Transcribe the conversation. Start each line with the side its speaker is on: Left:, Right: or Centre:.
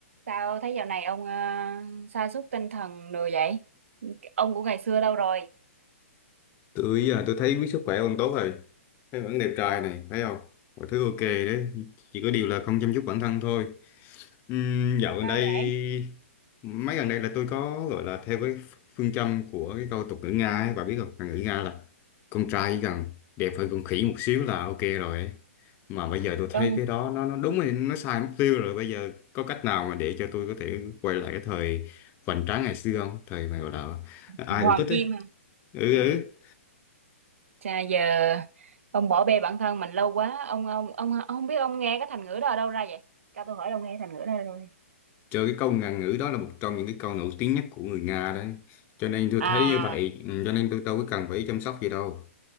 Right: Sao thấy dạo này ông ờ, sa sút tinh thần đồ vậy? Ông của ngày xưa đâu rồi?
Left: tôi giờ tôi thấy biết sức khỏe ông tốt rồi thấy vẫn đẹp trai này thấy không mọi thứ ok đấy chỉ có điều là không chăm chút bản thân thôi Ừm, dạo gần
Right: Sao
Left: đây
Right: vậy?
Left: mấy gần đây là tôi có gọi là theo cái phương châm của cái câu tục ngữ Nga ấy bà biết không ngữ Nga là con trai chỉ cần đẹp hơn con khỉ một xíu là ok rồi ấy. mà bây giờ tôi thấy
Right: Tôi
Left: cái đó nó nó đúng rồi nó sai mục tiêu rồi bây giờ có cách nào mà để cho tôi có thể quay lại cái thời vành tráng ngày xưa không thời mà gọi là ai
Right: Hoàng
Left: cũng thích
Right: Kim
Left: ấy
Right: à?
Left: ừ
Right: Ừ.
Left: ừ
Right: Chà giờ ông bỏ bê bản thân mình lâu quá. Ông ông ông ông không biết ông nghe cái thành ngữ đó ở đâu ra vậy? Cho tôi hỏi ông nghe thành ngữ đó ở đâu đi.
Left: Trời, cái câu ngạn ngữ đó là một trong những cái câu nổi tiếng nhất của người Nga đấy. Cho nên tôi
Right: À,
Left: thấy như vậy, ừ, cho nên tôi đâu có cần phải chăm sóc gì đâu.